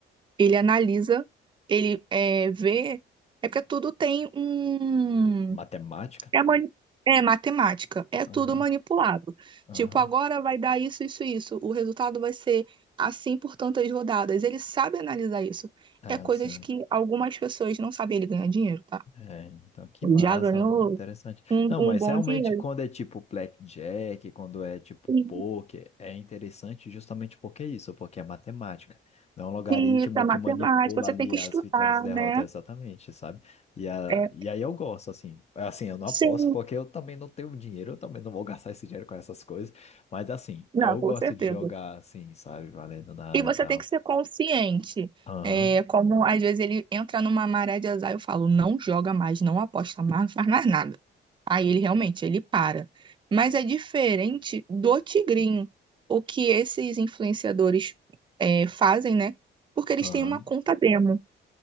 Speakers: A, on the right (about 25°); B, on the left (about 35°).
A: Ele analisa, ele é, vê, é porque tudo tem um
B: Matemática?
A: É, mani- é matemática, é
B: Aham.
A: tudo manipulado.
B: Aham.
A: Tipo, agora vai dar isso, isso, isso. O resultado vai ser assim por tantas rodadas. Ele sabe analisar isso.
B: Ah,
A: É coisas
B: sim.
A: que algumas pessoas não sabem. Ele ganha dinheiro, tá?
B: É, então que massa,
A: Já ganhou
B: interessante.
A: um,
B: Não,
A: um
B: mas
A: bom
B: realmente
A: dinheiro.
B: quando é tipo blackjack, quando é tipo
A: Sim,
B: poker, é interessante justamente porque é isso, porque é matemática. Não é um logaritmo
A: Isso é matemática,
B: que manipula
A: você
B: ali
A: tem que
B: as
A: estudar,
B: vitórias e derrotas
A: né?
B: exatamente, sabe? E, a,
A: É,
B: e aí eu gosto, assim. Assim, eu não
A: sim,
B: aposto porque eu também não tenho dinheiro, eu também não vou <laughs> gastar esse dinheiro com essas coisas. Mas assim,
A: não,
B: eu
A: com
B: gosto
A: certeza.
B: de jogar assim, sabe? Valendo nada
A: E você
B: e tal.
A: tem que ser consciente.
B: Aham,
A: É, como às vezes ele entra numa maré de azar, eu falo, não joga mais, não aposta mais, não faz mais nada. Aí ele realmente, ele para. Mas é diferente do tigrinho, o que esses influenciadores é, fazem, né? Porque eles
B: aham.
A: têm uma conta demo,